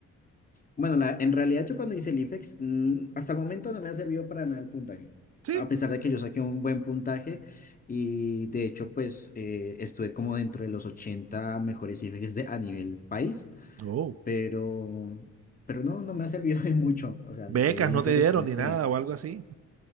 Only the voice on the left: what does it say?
Bueno, la, en realidad yo cuando hice el IFEX, mm, hasta el momento no me ha servido para nada el puntaje.
A pesar de que yo saqué un buen puntaje y de hecho pues eh, estuve como dentro de los 80 mejores IFEX de, a nivel país.
pero, pero no, no me ha servido de mucho. O sea,
si te soy sincero,
es como
que